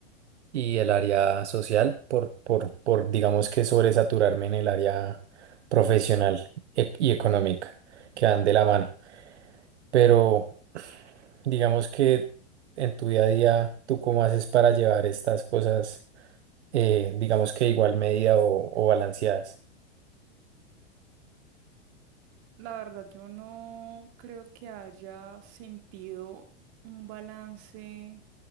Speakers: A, on the right; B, on the right.
A: y el área social por, por, por digamos que sobresaturarme en el área profesional e- y económica, que van de la mano. Pero digamos que en tu día a día, ¿tú cómo haces para llevar estas cosas, eh, digamos que igual medida o, o balanceadas?
B: La verdad, yo no creo que haya sentido un balance